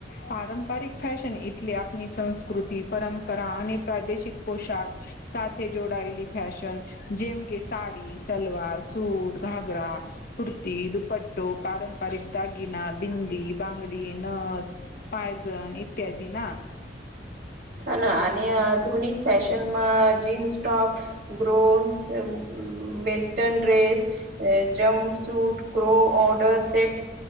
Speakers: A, on the left (about 50°); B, on the right (about 55°).
A: પારંપરિક ફેશન એટલે આપણી સંસ્કૃતિ પરંપરા અને પ્રાદેશિક પોશાક સાથે જોડાયેલી ફેશન જેમ કે સાડી સલવાર સુૂટ ઘાગરા કુર્તી દુપટ્ટો પારંપરિક દાગીના બિંદી બંગડી નથ પાયજન ઈત્યાદ ના
B: હ અને આધુનિક ફેશનમાં જીન્સ ટોપ ગ્રોન્સ વેસ્ટન ડ્રેસ અ jumpsuit co order set